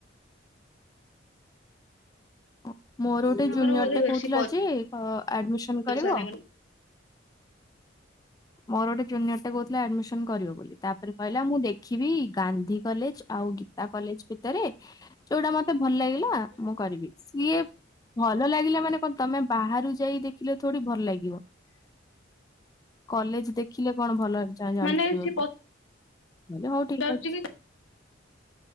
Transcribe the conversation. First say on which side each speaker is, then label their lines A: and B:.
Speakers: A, on the left; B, on the left.
A: ଅ ମୋର ଗୋଟେ
B: ତାଙ୍କର
A: ଜୁନିୟର
B: ବୋଧେ
A: ଟେ
B: ବେଶୀ
A: କହୁଥିଲା ଯେ ହ ଆଡ୍‌ମିଶନ
B: ପଇସା
A: କରିବ
B: ହେଇଗଲା
A: ମୋର ଗୋଟେ ଜୁନିୟର ସେ କହୁଥିଲେ ଆଡମିସନ କରିବ ବୋଲି, ତାପରେ କହିଲା ମୁଁ ଦେଖିବି ଗାନ୍ଧୀ କଲେଜ ଆଉ ଗୀତା କଲେଜ ଭିତରେ ଯୋଉଟା ମତେ ଭଲ ଲାଗିଲା ମୁଁ କରିବି। ସିଏ ଭଲ ଲାଗିଲା ମାନେ କଣ ତମେ ବାହାରୁ ଯାଇ ଦେଖିଲେ ଥୋଡି ଭଲ ଲାଗିବ। କଲେଜ ଦେଖିଲେ କଣ ଭଲ ଜା ଜାଣିପାରିବ।
B: ମାନେ ସିଏ
A: ଭଲେ ହଉ
B: ପଚାରୁଛି
A: ଠିକ ଅଛି
B: କି